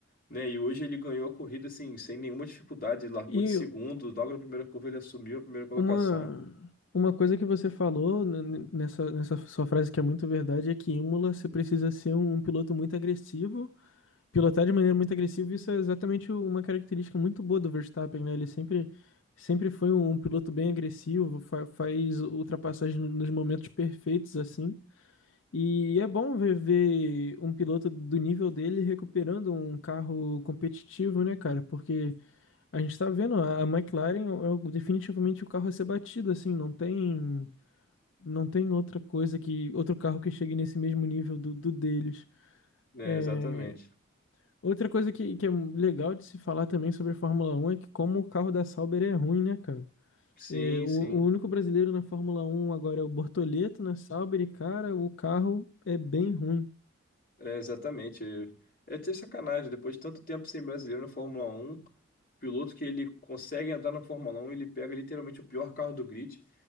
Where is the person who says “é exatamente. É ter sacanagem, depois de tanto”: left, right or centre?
Left